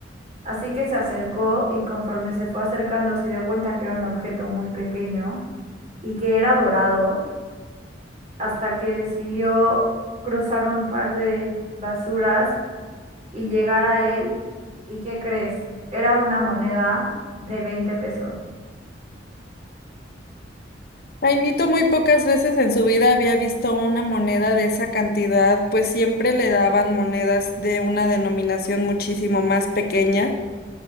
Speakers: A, on the right; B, on the left.
A: Así que se acercó y conforme se fue acercando se dio cuenta que era un objeto muy pequeño y que era dorado, hasta que decidió cruzar un par de basuras y llegar a él. ¿Y qué crees? Era una moneda de 20 pesos.
B: Jaimito muy pocas veces en su vida había visto una moneda de esa cantidad, pues siempre le daban monedas de una denominación muchísimo más pequeña,